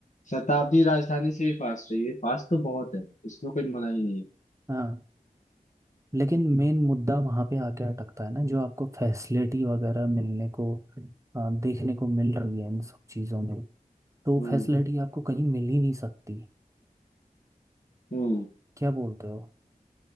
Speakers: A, on the left; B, on the right.
A: शताब्दी राजधानी से भी फास्ट है ये फास्ट तो बहुत है इसमें कोई मना ही नहीं है
B: हाँ लेकिन मेन मुद्दा वहाँ पे आके अटकता है ना जो आपको फैसिलिटी वगैरह मिलने को अ, देखने को मिल रही है इन सब चीज़ों में तो
A: हम्म
B: फैसिलिटी आपको कहीं मिल ही नहीं सकती
A: हम्म
B: क्या बोलते हो